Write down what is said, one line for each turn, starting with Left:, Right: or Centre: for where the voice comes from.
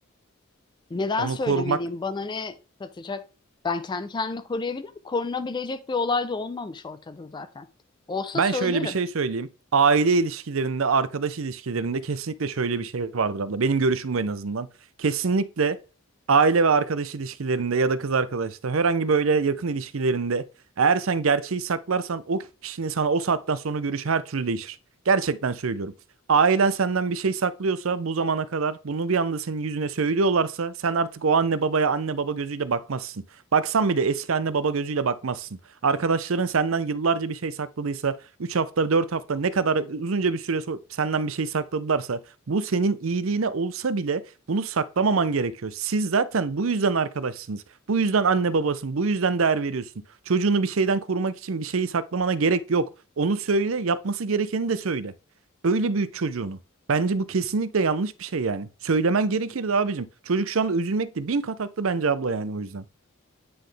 Left: Neden
Right: onu
Left: söylemeliyim?
Right: korumak
Left: Bana ne katacak? Ben kendi kendimi koruyabilirim. Korunabilecek bir olay da olmamış ortada zaten. Olsa
Right: Ben
Left: söylerim.
Right: şöyle bir şey söyleyeyim. Aile ilişkilerinde, arkadaş ilişkilerinde kesinlikle şöyle bir şey vardır abla. Benim görüşüm bu en azından. Kesinlikle aile ve arkadaş ilişkilerinde ya da kız arkadaşta herhangi böyle yakın ilişkilerinde eğer sen gerçeği saklarsan o kişinin sana o saatten sonra görüşü her türlü değişir. Gerçekten söylüyorum. Ailen senden bir şey saklıyorsa bu zamana kadar bunu bir anda senin yüzüne söylüyorlarsa sen artık o anne babaya anne baba gözüyle bakmazsın. Baksan bile eski anne baba gözüyle bakmazsın. Arkadaşların senden yıllarca bir şey sakladıysa Üç hafta 4 hafta ne kadar uzunca bir süre so- senden bir şey sakladılarsa bu senin iyiliğine olsa bile bunu saklamaman gerekiyor. Siz zaten bu yüzden arkadaşsınız. Bu yüzden anne babasın. Bu yüzden değer veriyorsun. Çocuğunu bir şeyden korumak için bir şeyi saklamana gerek yok. Onu söyle, yapması gerekeni de söyle. Öyle büyüt çocuğunu. Bence bu kesinlikle yanlış bir şey yani. Söylemen gerekirdi abicim. Çocuk şu anda üzülmekte bin kat haklı bence abla yani o yüzden.